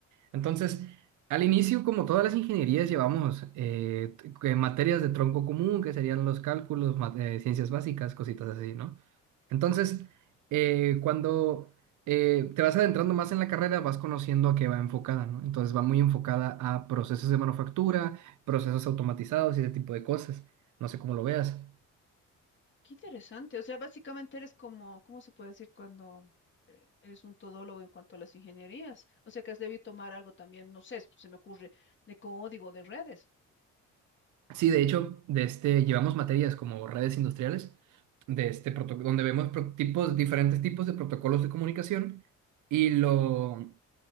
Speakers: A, on the right (about 75°); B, on the left (about 40°).
A: Entonces... Al inicio, como todas las ingenierías, llevamos eh, que materias de tronco común, que serían los cálculos, ma- eh, ciencias básicas, cositas así, ¿no? Entonces, eh, cuando eh, te vas adentrando más en la carrera, vas conociendo a qué va enfocada, ¿no? Entonces va muy enfocada a procesos de manufactura, procesos automatizados y ese tipo de cosas. No sé cómo lo veas.
B: Qué interesante. O sea, básicamente eres como, ¿cómo se puede decir cuando eh, eres un todólogo en cuanto a las ingenierías? O sea, que has debido tomar algo también, no sé, se me ocurre, de código, de redes.
A: Sí, de hecho, de este, llevamos materias como redes industriales, de este proto- donde vemos pro- tipos, diferentes tipos de protocolos de comunicación y lo